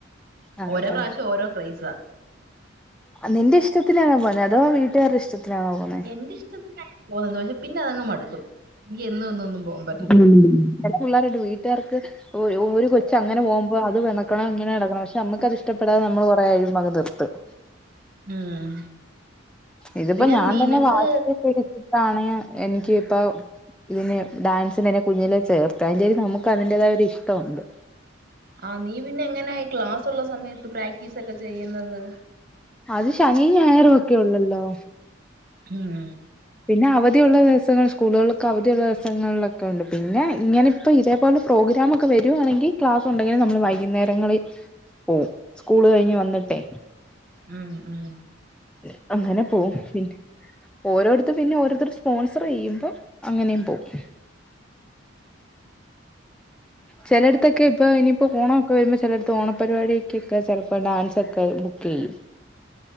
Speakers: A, in the centre; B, on the right.
A: അതാ
B: ഓരോ പ്രാവ്ശ്യം ഓരോ ക്രൈസാ.
A: ഹ് നിന്റെ ഇഷ്ട്ടത്തിനാണോ പോന്നേ അതോ വീട്ടുകാര്ടെ ഇഷ്ട്ടത്തിനാണോ പോന്നേ?
B: എന്റിഷ്ടത്തിനാണ് പോന്നത് പക്ഷെ പിന്നെ അതങ്ങ് മടുക്കും എനിക്ക് എന്നും എന്നും ഒന്നും പോകാൻ പറ്റത്തില്ല
A: ഹ്മ് ചെല പിള്ളാര്ണ്ട് വീട്ടാർക്ക്. ഓയ് ഒരു കൊച്ച് അങ്ങനെ പോകുമ്പോ അത് വെണക്കണം ഇങ്ങനെ എട്ക്കണം പക്ഷെ നമ്മുക്ക് അത്ഷ്ടപ്പെടാതെ നമ്മൾ കൊറെ കയ്യുമ്പങ്ങ് നിർത്തും.
B: ഉം.
A: ഇതിപ്പോ
B: പിന്നെ
A: ഞാൻ
B: നിനക്ക്
A: തന്നെ വാശി പിടിച്ചിട്ടാണ് എനിക്ക് ഇപ്പ. ഇതിന് ഡാൻസിന് എന്നെ കുഞ്ഞിലെ ചേർത്ത് അതിന്റെര് നമുക്ക് അതിന്റേതായ ഒരു ഇഷ്ട്ടമുണ്ട്.
B: ആഹ് നീ പിന്നെ എങ്ങനെ ഈ ക്ലാസ്ള്ള സമയത്ത് പ്രാക്ടീസ് ഒക്കെ ചെയ്യുന്നത്?
A: അത് ശനി ഞായർ ഒക്കെ ഒള്ളല്ലോ.
B: ഉം.
A: പിന്നെ അവധിയുള്ള ദിവസങ്ങൾ സ്കൂളുകൾക്ക് അവധിയുള്ളസങ്ങളിലൊക്കെ ഉണ്ട് പിന്നെ ഇങ്ങനെ. ഇപ്പൊ ഇതേപോലെ പ്രോഗ്രാം ഒക്കെ വരുവാണെങ്കിൽ ക്ലാസ് ഉണ്ടെങ്കിലും നമ്മൾ വൈകുന്നേരങ്ങളിൽ പോവും. സ്കൂള് കഴിഞ്ഞ് വന്നിട്ടെ.
B: ഹ്മ് ഹ്മ്.
A: ഏഹ് അങ്ങനെ പോവും പിന്നെ. ഓരോട്ത്ത് പിന്നെ ഓരോര്ത്തര് സ്പോൺസർ ചെയ്യുമ്പോ അങ്ങനെയും പോവും. ചെലയിടത്തൊക്കെ ഇപ്പൊ ഇനിയിപ്പോ ഓണോ. ക്കെ വരുമ്പോ ചെലയെട്ത്ത് ഓണപരിപാടിക്കൊക്കെ ചെലപ്പോ ഡാൻസ് ഒക്കെ ബുക്കെയ്യും.